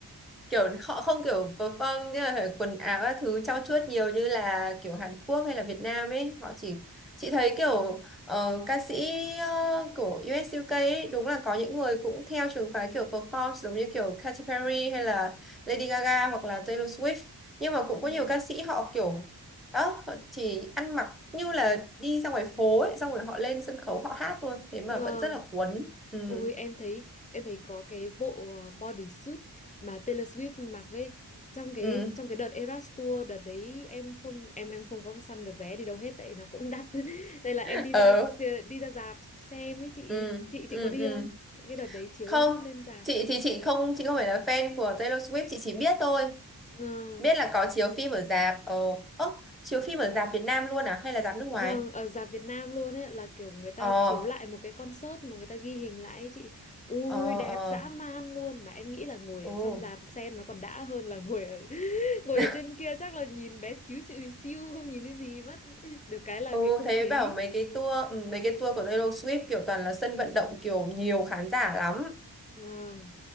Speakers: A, in the centre; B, on the left.
A: kiểu họ không kiểu perform như là quần áo các thứ trau chuốt nhiều như là kiểu Hàn Quốc hay là Việt Nam ấy họ chỉ chị thấy kiểu ờ, ca sĩ ờ, của US UK ấy, đúng là có những người cũng theo trường phái kiểu perform giống như kiểu Katy Perry hay là Lady Gaga hoặc là Taylor Swift nhưng
B: <laughs>
A: mà cũng có
B: Ừ.
A: nhiều ca sĩ họ kiểu đó họ chỉ ăn mặc như là đi ra ngoài phố ấy, xong rồi họ lên sân khấu họ hát thôi thế mà
B: Vâng,
A: vẫn rất là cuốn ừ
B: ui em thấy em thấy có cái bộ ờ, bodysuit mà Taylor Swift mặc ấy trong cái
A: ừ
B: trong cái đợt Eras Tour đợt đấy em không em em không có săn được vé đi đâu hết tại nó cũng đắt. <laughs> Đây là
A: <laughs>
B: em đi
A: ờ
B: ra xe- đi ra rạp xem ấy chị
A: ừ
B: chị
A: ừ
B: chị có đi
A: ừ
B: không? Cái, cái đợt đấy chiếu
A: không
B: lên rạp.
A: chị thì chị không chị không phải là fan của Taylor Swift chị chỉ biết thôi
B: Ừ.
A: biết là có chiếu phim ở rạp ồ ơ chiếu phim ở rạp Việt Nam luôn à hay là rạp nước
B: Vâng,
A: ngoài
B: ở rạp Việt Nam luôn ấy là kiểu người ta
A: ờ
B: chiếu lại một cái concert mà người ta ghi hình lại ấy chị. Ui
A: ờ
B: đẹp
A: ờ
B: dã man luôn mà em nghĩ là ngồi
A: ừ
B: ở trong rạp xem nó còn đã hơn là ngồi ở <laughs> ngồi
A: <laughs>
B: ở trên kia chắc là nhìn bé xíu xíu, xíu không nhìn thấy gì mất. <laughs> Được cái là
A: ừ
B: cái không
A: thế
B: khí.
A: bảo mấy cái tour ừ, mấy cái tour của Taylor Swift kiểu toàn là sân vận động kiểu nhiều khán giả lắm
B: Vâng,